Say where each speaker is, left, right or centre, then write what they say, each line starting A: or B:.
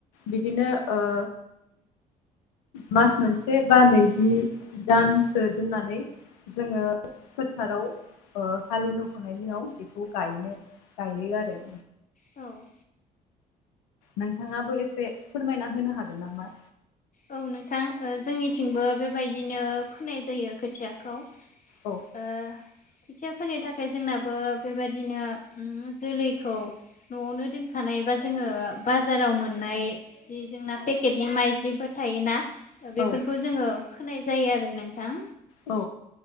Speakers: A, on the left (about 85°); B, on the left (about 40°).
A: बिदिनो ओ मास मोनसे बा नैजि दानसो दोननानै जोङो फोथाराव ओ हालि एवखांनायनि उनाव बेखौ गायनो गायो आरो
B: औ
A: नोंथाङाबो एसे फोरमायना होनो हागोन नामा?
B: औ नोंथां जोंनिथिंबो बेबायदिनो फोनाय जायो खोथियाखौ ओ
A: औ
B: खोथिया फोनो थाखाय जोंनाबो बेबायदिनो ओ जोलैखौ न'आवनो दोनखानाय बा जोङो बाजाराव मोननाय जि जोंना पेकेटनि माइज्लि थायोना बेफोरखौ
A: औ
B: जोङो फोनाय जायो आरो नोंथां
A: औ